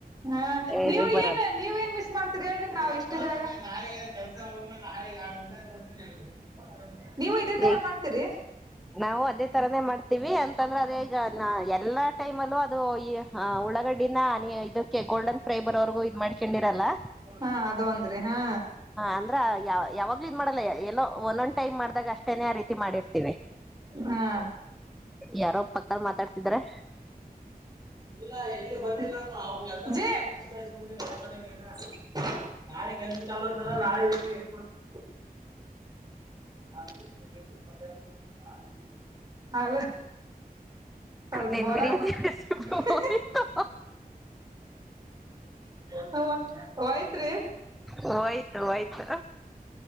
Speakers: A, on the right; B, in the centre.
A: ಹಾ
B: ಇದು
A: ನೀವು
B: ಬರಲ್ಲ
A: ಏನ್ ನೀವ್ ಏನ್ ಮಿಸ್ ಮಾಡ್ತ ಹೇಳ್ರಿ ನಾವ್ ಇಷ್ಟ್ದಾಗ <unintelligible> ನೀವು ಇದೇ ತರ
B: ಈಗ
A: ಮಾಡ್ತೀರಿ?
B: ನಾವು ಅದೇ ತರಾನೇ ಮಾಡ್ತೀವಿ ಅಂತಂದ್ರೆ ಅದೇ ಈಗ ನ ಎಲ್ಲಾ ಟೈಮ್ ಅಲ್ಲೂ ಅದು ಈ ಉಳ್ಳಾಗಡ್ಡಿನ ಇದು ಗೋಲ್ಡನ್ ಫ್ರೈ ಬರ್ ಅವ್ರಗೂ ಇದ್ ಮಾಡ್ಕೊಂಡಿರಲ್ಲ
A: ಹಾ ಅದು ಒಂದ್ರಿ ಹಾ
B: ಅಂದ್ರ ಅ ಯಾ ಯಾವಾಗ್ <unintelligible> ಮಾಡಲ್ಲ ಎಲ್ಲೋ ಒಲೊಂದ್ ಟೈಮ್ ಮಾಡ್ದಾಗ ಅಷ್ಟೇನೆ ಆ ರೀತಿ ಮಾಡಿರ್ತಿವಿ.
A: ಹಾ
B: ಯಾರೋ ಪಕ್ದಲ್ ಮಾತಾಡ್ತಿದಾರೆ.
A: ಇಲ್ಲ ಎಲ್ಲಿ ಬಂದಿಲ್ಲ <unintelligible> ನಾಳೆ ಕೆಲ್ಸ ಚಾಲು ಆತಂದ್ರ <unintelligible> <unintelligible> ಅಲ ಅಲ್
B: ನಿನ್
A: ಬರ
B: ಬಿರಿಯಾನಿ
A: <unintelligible>
B: ಹೋಯ್ತು
A: ಹಓ ಹೋಯ್ತ್ರಿ.
B: ಹೋಯ್ತು ಹೋಯ್ತು.